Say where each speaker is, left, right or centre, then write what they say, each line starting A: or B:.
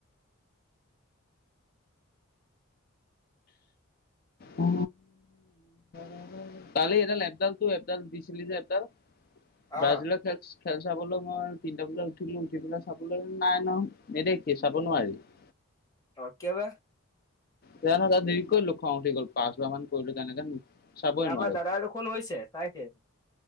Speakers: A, on the left (about 45°); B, on the left (about 15°).
A: অ <inaudible> কালি এডাল এপডাল <unintelligible> একৃপডাল দিছিলি যে এপডাল
B: অ
A: ব্ৰাজিলৰ খেল খেল চাবলৈ মই তিনটা বজাত উঠিলো উঠি পেলা চাবলৈ নাই ন নেদেখি চাব নোৱাৰি। <unintelligible>
B: অ! কিয় বা? <inaudible>
A: জানো <inaudible> ডিলিট কৰি দিলোঁ খং উঠি গ'ল পাঁচ মান কৰিলো তেনেকে। চাবই
B: আমাৰ
A: নোৱাৰি
B: দাদাৰ দেখোন হৈছে চাইছে। <inaudible>